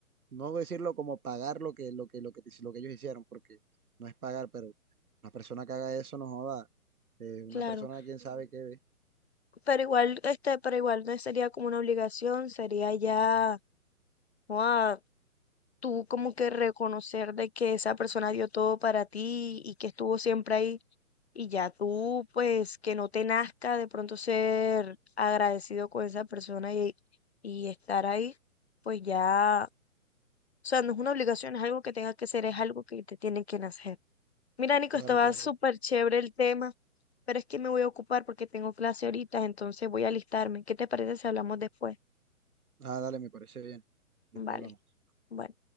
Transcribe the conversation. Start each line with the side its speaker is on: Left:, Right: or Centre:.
Right: no decirlo como pagar lo que, lo que, lo que, lo que ellos hicieron, porque no es pagar, pero una persona que haga eso no joda. Eh, una
Left: claro.
Right: persona, quién sabe qué ve.
Left: Pero igual, este, pero igual no sería como una obligación, sería ya, joa, tú como que reconocer de que esa persona dio todo para ti y que estuvo siempre ahí. Y ya tú, pues, que no te nazca de pronto ser agradecido con esa persona y, y estar ahí, pues ya, o sea, no es una obligación, es algo que tengas que ser, es algo que te tiene que nacer. Mira, Nico,
Right: Claro,
Left: estaba
Right: claro.
Left: súper chévere el tema, pero es que me voy a ocupar porque tengo clase ahorita, entonces voy a alistarme. ¿Qué te parece si hablamos después?
Right: Ah, dale, me parece bien. Después
Left: Vale,
Right: hablamos.
Left: bueno.